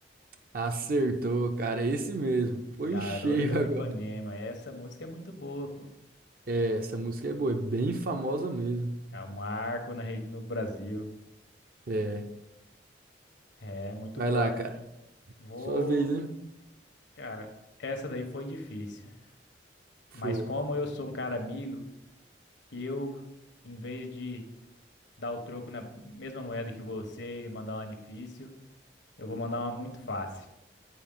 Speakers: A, on the right; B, on the left.
A: Acertou, cara, é esse mesmo. Foi
B: Garota
A: em cheio
B: de
A: <laughs> agora.
B: Ipanema. Essa música é muito boa, pô.
A: É, essa música é boa, é bem famosa mesmo.
B: É um marco na rede no Brasil.
A: É,
B: É muito
A: vai
B: boa.
A: lá, cara.
B: Vou,
A: Sua vez, hein?
B: cara, essa daí foi difícil.
A: Foi.
B: Mas como eu sou um cara amigo, eu, em vez de dar o troco na mesma moeda que você e mandar uma difícil, eu vou mandar uma muito fácil.